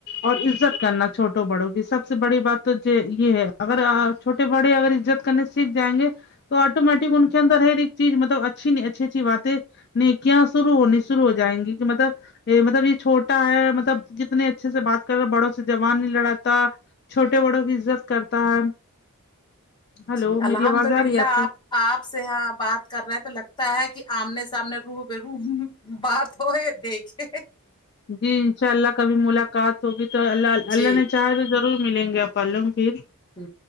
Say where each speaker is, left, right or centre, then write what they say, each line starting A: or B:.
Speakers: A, on the left; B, on the left.
A: اور عزت کرنا چھو ٹوں بڑوں کی سب سے بڑی بات تو یہ ہے اگر چھوٹے بڑے اگر عزت کرنے سیکھ جائیں گے تو آٹومیٹک ان کے اندر ہر ایک چیز مطلب اچھی نہیں اچھی اچھی باتیں نیکیاں شروع ہونی شروع ہو جائیں گی کہ مطلب یہ مطلب یہ چھوٹا ہے مطلب کتنے اچھے سے بات کر رہا بڑوں سے زبان نہی لڑاتا چھوٹے بڑوں کی عزت کرتا ہے ہلو
B: جی الحمد
A: میری آواز آ
B: للہ
A: رہی ہے کو
B: آپ آپ سے ہاں بات کر رہے ہیں تو لگتا ہے کہ آمنے سامنے رو بہ رو ہ بات ہوے دیکھے
A: جی انشاء اللہ کبھی ملاقات ہوگی تو اللہ
B: جی
A: اللہ نے چاہا تو ضرور ضرور ملیں گے اپن لوگ پھر
B: ہ